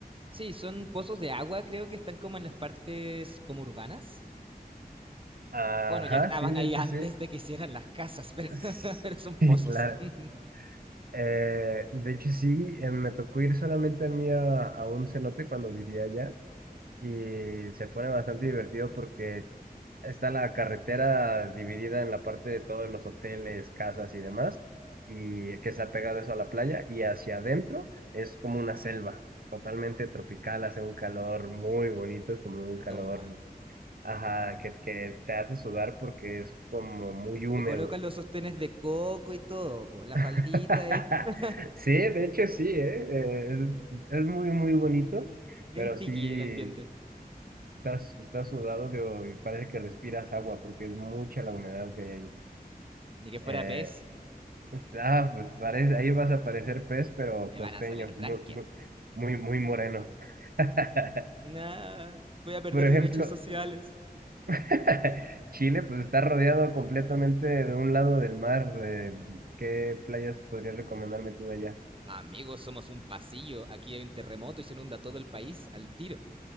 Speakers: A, on the right; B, on the right.
A: Sí, son pozos de agua, creo que están como en las partes como urbanas.
B: Ajá,
A: Bueno, ya estaban
B: sí, de
A: ahí
B: hecho
A: antes
B: sí.
A: de que hicieran las casas, pero,
B: <laughs>
A: <laughs> pero son pozos.
B: Sí, claro.
A: <laughs>
B: Eh, de hecho, sí, eh, me tocó ir solamente a mí a, a un cenote cuando vivía allá y se pone bastante divertido porque está la carretera dividida en la parte de todos los hoteles, casas y demás, y que se ha pegado eso a la playa y hacia adentro es como una selva totalmente tropical, hace un calor muy bonito, es como un calor,
A: Toma.
B: ajá, que, que te hace sudar porque es como muy húmedo.
A: Le colocan los sostenes de coco y todo, pues la faldita
B: <laughs>
A: es <laughs>
B: Sí, de hecho sí, ¿eh? Eh, es, es muy, muy bonito,
A: bien
B: pero
A: piqui
B: sí
A: el ambiente.
B: estás, estás sudado que y parece que respiras agua porque es mucha la humedad que hay ahí.
A: Ni que
B: Eh,
A: fuera pez,
B: pues, ah, pues parece, ahí vas a parecer pez, pero
A: me
B: costeño,
A: van a salir
B: muy,
A: branquia.
B: muy, muy, muy moreno. <laughs>
A: Nah, voy a perder
B: Por ejemplo,
A: derechos sociales.
B: <laughs> Chile pues está rodeado completamente de un lado del mar. eh, ¿qué playas podrías recomendarme tú de allá?
A: Amigos, somos un pasillo. Aquí hay un terremoto y se inunda todo el país al tiro.